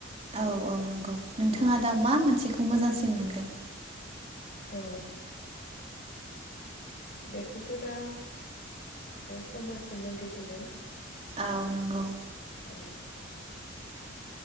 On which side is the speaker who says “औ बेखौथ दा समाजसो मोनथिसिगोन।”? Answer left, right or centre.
Left